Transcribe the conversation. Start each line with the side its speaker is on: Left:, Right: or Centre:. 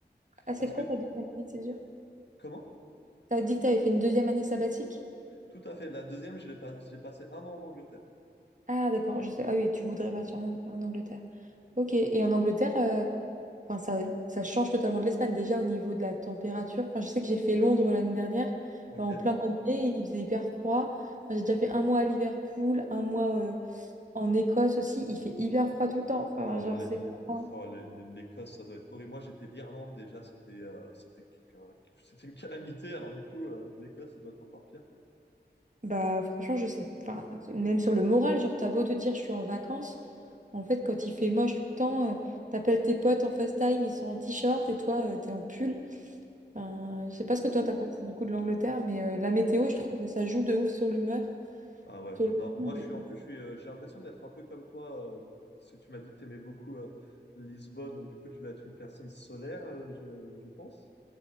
Right: Ah,
Left: Parce
Right: c'est quoi
Left: que,
Right: ta deuxième année de césure?
Left: comment?
Right: T'as dit que t'avais fait une deuxième année sabbatique?
Left: Tout à fait. La deuxième, je l'ai pas- j'ai passé un an en Angleterre.
Right: Ah, d'accord, je sais. Ah oui, tu voudrais partir en, en Angleterre. Ok, et en Angleterre, euh, enfin, ça, ça change totalement de l'Espagne, déjà au niveau de la température. Enfin, je sais que j'ai fait Londres l'année dernière,
Left: Ok.
Right: euh, en plein mois de mai, il faisait hyper froid. Enfin, j'ai déjà fait un mois à Liverpool, un mois euh, en Écosse aussi, il fait hyper froid tout le temps. Enfin,
Left: Oh là,
Right: genre,
Left: les-
Right: c'est
Left: les-
Right: pas...
Left: oh, les- l'Écosse, ça doit être horrible. Moi, j'ai fait l'Irlande déjà, c'était euh, c'était qu'un- c'était une calamité. Alors du coup, euh, l'Écosse, ça doit être encore pire.
Right: Bah franchement, je sais pas. Même sur le moral, genre t'as beau te dire je suis en vacances, en fait quand il fait moche tout le temps, euh, t'appelles tes potes en FaceTime, ils sont en t-shirt et toi euh, t'es en pull. Enfin, je sais pas ce que toi t'as pensé du coup de l'Angleterre, mais euh, la météo, je trouve que ça joue de ouf sur l'humeur,
Left: Ah ouais.
Right: sur le
Left: Non, moi,
Right: mood.
Left: je suis en plus, je suis, euh, j'ai l'impression d'être un peu comme toi. euh, parce tu m'as dit que t'aimais beaucoup euh, Lisbonne, donc du coup, tu dois être une personne solaire, euh, je, je pense.